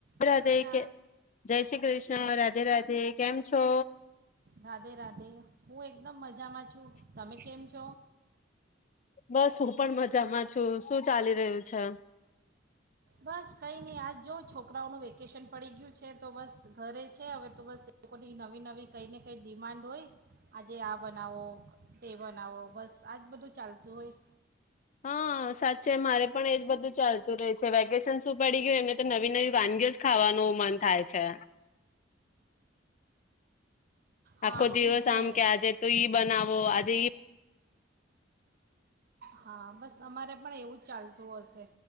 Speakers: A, on the left; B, on the right.
A: રાધે
B: કૃષ્ણ
A: કે જય શ્રી કૃષ્ણ રાધે રાધે કેમ છો?
B: રાધે રાધે હું એકદમ મજામાં છું. તમે કેમ છો?
A: બસ હું પણ મજામાં છું. શું ચાલી રહ્યું છે?
B: બસ કંઈ નહીં આજ જો છોકરાઓનું વેકેશન પડી ગયું છે તો બસ ઘરે છે હવે તો બસ એ લોકોની નવી નવી કંઈ ને કંઈ ડિમાન્ડ હોય આજે આ બનાવો. તે બનાવો બસ આજ બધું ચાલ તું હોય.
A: હા સાચ છે મારે પણ એજ બધું ચાલતું રહે છે વેકેશન શું પડી ગયું એમને તો નવી નવી વાનગીઓ જ ખાવાનું મન થાય છે.
B: હા
A: આખો દિવસ
B: એ જ
A: આમ
B: ને
A: કે આજે તો ઈ બનાવો આજે ઈ
B: હા બસ અમારે પણ એવું જ ચાલતું હશે